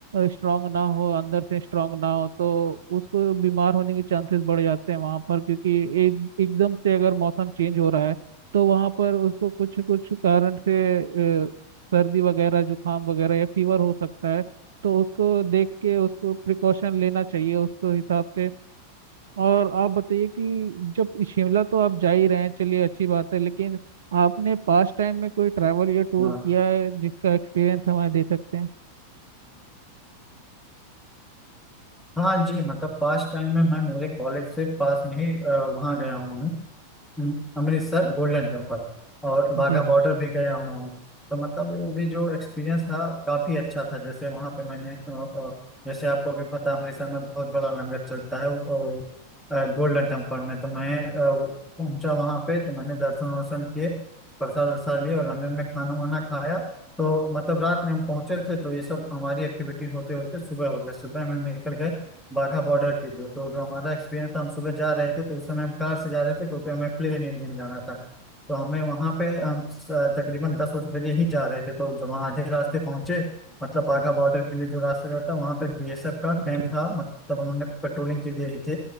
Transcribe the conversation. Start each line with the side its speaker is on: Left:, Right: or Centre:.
Right: स्ट्रांग ना हो अंदर से स्ट्रांग ना हो तो उसको बीमार होने के चांसेस बढ़ जाते हैं वहाँ पर क्योंकि एक एकदम से अगर मौसम चेंज हो रहा है तो वहाँ पर उसको कुछ कुछ कारण से अ, सर्दी वगैरह जुकाम वगैरह या फीवर हो सकता है तो उसको देख के उसको प्रिकॉशन लेना चाहिए उसको हिसाब से और आप बताइए कि जब शिमला तो आप जा ही रहे हैं चलिए अच्छी बात है लेकिन आपने पास्ट टाइम में कोई ट्रैवल या टूर
Centre: हाँ
Right: किया है जिसका एक्सपीरियंस हमें दे सकते हैं
Centre: हाँ जी मतलब पास टाइम में मैं मेरे कॉलेज से पास में ही अ, वहाँ गया हुआ हूँ हम्म, अमृतसर गोल्डन टेम्पल और बाघा
Right: जी
Centre: बॉर्डर
Right: जी
Centre: भी गया हूँ तो मतलब वो भी जो एक्सपीरियंस था काफी अच्छा था जैसे वहाँ पे मैंने अ, अ, जैसे आपको भी पता अमृतसर में बहुत बड़ा लंगर चलता है वो, अ, गोल्डन टेम्पल में तो मैं अ, वो पहुंचा वहाँ पे तो मैंने दर्शन वर्शन किए प्रसाद वरसाद लिए और लंगर में खाना वाना खाया तो मतलब रात में हम पहुंचे थे तो ये सब हमारी एक्टिविटी होते होते सुबह हो गया सुबह में हम निकल गए बाघा बॉर्डर के लिए तो जो हमारा एक्सपीरियंस था हम सुबह जा रहे थे तो उस समय हम कार से जा रहे थे क्योंकि हमें प्लेन एरिया में जाना था तो हमें वहां पे हम स- तकरीबन दस बजे ही जा रहे थे तो जब वहाँ आधे रास्ते पहुंचे मतलब बाघा बॉर्डर के लिए जो रास्ते जाता वहाँ पे बीएसएफ का
Right: जी
Centre: कैंप था
Right: जी
Centre: मतलब उन्होंने पेट्रोलिंग के लिए ही थे